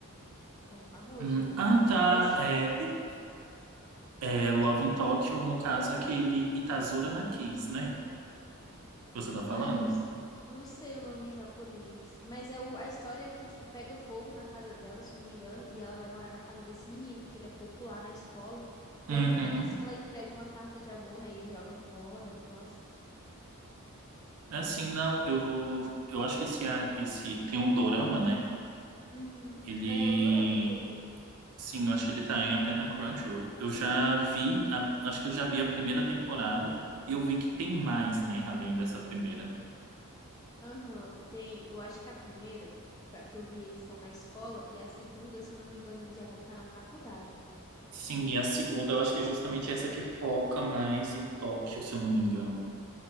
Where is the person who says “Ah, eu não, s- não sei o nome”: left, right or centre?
Left